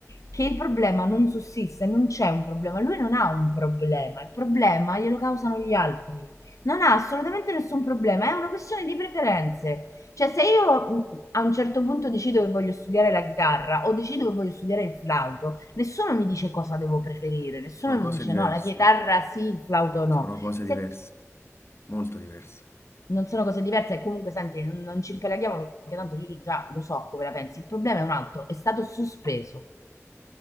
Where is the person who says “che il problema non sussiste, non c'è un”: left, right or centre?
Left